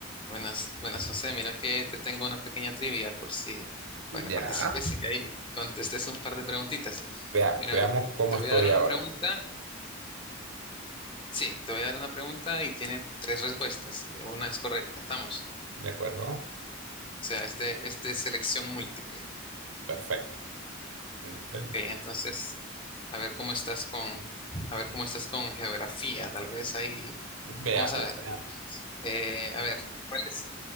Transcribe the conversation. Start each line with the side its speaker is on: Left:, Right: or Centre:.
Left: Buenas, buenas, José. Mira que te tengo una pequeña trivia por si,
Right: Ya.
Left: para que participes y ahí contestes un par de preguntitas.
Right: Veamos,
Left: Mira,
Right: veamos cómo
Left: te
Right: estoy
Left: voy a dar una
Right: ahora.
Left: pregunta. Sí, te voy a dar una pregunta y tiene tres respuestas. y Una es correcta, estamos.
Right: ¿De acuerdo?
Left: O sea, es de, es de selección múltiple.
Right: Perfecto. Entendido.
Left: Ok, entonces, a ver cómo estás con, a ver cómo estás con geografía. Tal vez ahí,
Right: Veamos,
Left: vamos a ver.
Right: veamos.
Left: Eh, a ver, ¿cuál es?